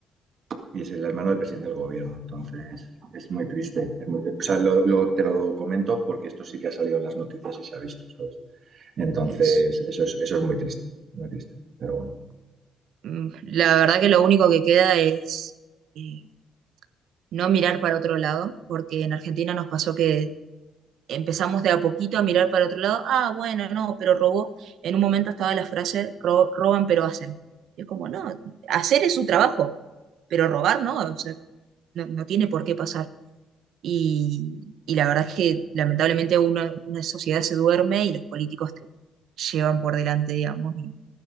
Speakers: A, on the right (about 55°); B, on the right (about 75°).
A: y es el hermano del presidente del gobierno. Entonces, es muy triste. Es muy- o sea, lo- lo- te lo comento porque esto sí que ha salido en las noticias y se ha visto, ¿sabes? Entonces,
B: el, es,
A: eso es, eso es muy triste, muy triste. Pero bueno,
B: mm, la verdad que lo único que queda es eh, no mirar para otro lado, porque en Argentina nos pasó que empezamos de a poquito a mirar para otro lado, ah, bueno, no, pero robó. En un momento estaba la frase, "Ro- roban pero hacen. Y es como, no, hacer es su trabajo, pero robar no, o sea, no no tiene por qué pasar. Y, y la verdad es que lamentablemente uno, una sociedad se duerme y los políticos te llevan por delante, digamos, y,